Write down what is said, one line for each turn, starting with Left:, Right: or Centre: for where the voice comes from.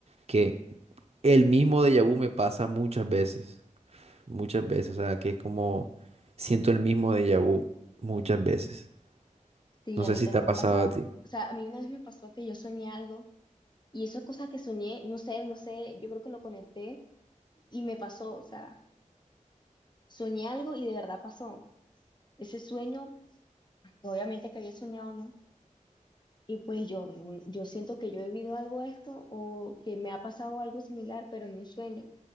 Right: que el mismo déjà vu me pasa muchas veces. Muchas veces. O sea, que es como siento el mismo déjà vu muchas veces.
Left: sí,
Right: No
Left: a mí
Right: sé si
Left: también
Right: te ha pasado
Left: me ha pasado,
Right: a ti.
Left: o sea, a mí una vez me pasó que yo soñé algo, y eso es cosa que soñé, no sé, no sé, yo creo que lo conecté, y me pasó, o sea, soñé algo y de verdad pasó, ese sueño, obviamente que había soñado, ¿no? Y pues yo, yo siento que yo he vivido algo esto, o que me ha pasado algo similar, pero en un sueño.